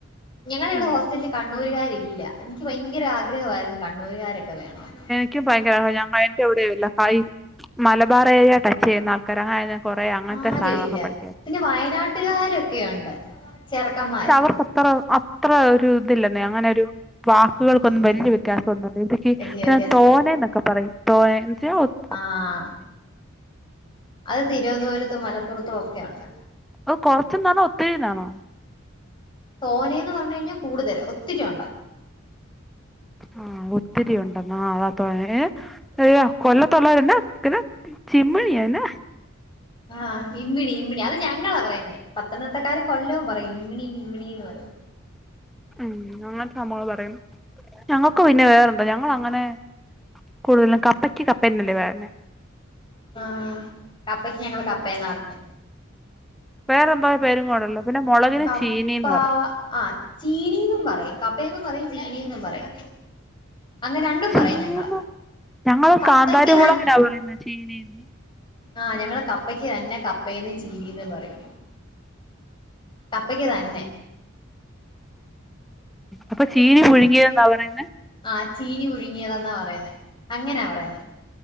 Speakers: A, on the left; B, in the centre.
A: ഞങ്ങള ഇവിടെ
B: ഉം
A: ഹോസ്റ്റലില് കണ്ണൂര്കാരില്ല എനിക്ക് ഭയങ്കര ആഗ്രഹമായിരുന്നു കണ്ണൂര്കാരൊക്കെ വേണമെന്ന്
B: എനിക്ക് ഭയങ്കര ഭയങ്കരമായിട്ട് എവിടെയുള്ള ഹായ് മലബാറ് ഏരിയ ടച്ച് ചെയ്യുന്ന ആൾക്കാര് അതാര- കൊറേ അങ്ങനത്തെ
A: ആരും
B: സാധങ്ങളൊക്കെ
A: ഇല്ല
B: പഠിക്കാ
A: പിന്നെ വയനാട്ടുകാരൊക്കെയുണ്ട് ചെർക്കം -
B: പക്ഷെ അവർക്കത്ര അത്ര ഒരു ഇതില്ലെന്നേ അങ്ങനെ ഒരു പാ- വാക്കുകൾക്കൊന്നും
A: ഉം
B: വല്ല്യ വ്യത്യാസന്നുല്ല ഇതിക്ക്
A: വല്യ
B: പിന്നെ
A: വ്യത്യാസമില്ല
B: തോനെന്നൊക്കെ പറയും തോനെ -
A: ആഹ് അത് തിരുവൻതോരത്തും മലപ്പുറത്തും ഒക്കെ ഉണ്ട്
B: ഓ കൊറച്ച് എന്നാണോ ഒത്തിരിന്നാണോ
A: തോനേ എന്ന് പറഞ്ഞു കഴിഞ്ഞാൽ കൂടുതല് ഒത്തിരി ഒണ്ടെന്ന്
B: ആഹ് ഒത്തിരി ഒണ്ടന്ന് അതാ തോനേ അയ്യോ കൊല്ലത്ത് ഉള്ളോരെന്ന ചിക്കന് ചിമ്മണിയ എന്നാ -
A: ആഹ് ഇമ്മിണി ഇമ്മിണി അത് ഞങ്ങളാ പറയുന്നേ പത്തനംത്തിട്ടക്കാര് കൊല്ലവും പറയും ഇമ്മിണി ഇമ്മിണിന്ന് പറയും
B: ഉം അങ്ങനത്തെ സംഭവങ്ങള് പറയും ഞങ്ങൾക്ക് പിന്നെ വേറെന്താ ഞങ്ങളങ്ങനെ- കൂഴല <unintelligible> ക്ക കപ്പക്ക് കപ്പ എന്നല്ലെ പറയണേ
A: ആഹ് കപ്പക്ക് ഞങ്ങള് കപ്പെന്നാ പറയുന്നെ
B: വേറെ എന്താ പേരും കൂടെ ഒണ്ട് ല് പിന്നെ മൊളകിന്
A: കപ്പ
B: ചീനീന്ന് പറയും
A: ആ ചീനീന്നും പറയും കപ്പയെന്നും പറയും ചീനീന്നും പറയും അങ്ങ് രണ്ടും
B: ചീനിന്നും
A: പറയും ഞങ്ങള്
B: ഞങ്ങള്
A: കപ്പയ്ക്ക്
B: കാന്താരിമുളകിനാ പറയുന്ന ചീനിന്ന്
A: ആഹ് ഞങ്ങള് കപ്പക്ക് തന്നെ കപ്പെന്നും ചീനിന്നും പറയും കപ്പക്ക് തന്നെ
B: അപ്പ ചീനി പുഴുങ്ങിയെന്നാ പറയുന്നേ
A: ആഹ് ചീനി പുഴുങ്ങിയതന്നാ പറയുന്നെ അങ്ങനാ പറയുന്നെ